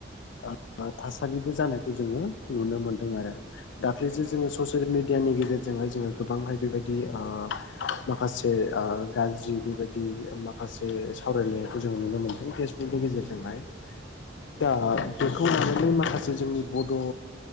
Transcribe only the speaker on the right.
औ
नंगौ
नंगौ
नंगौ
नंगौ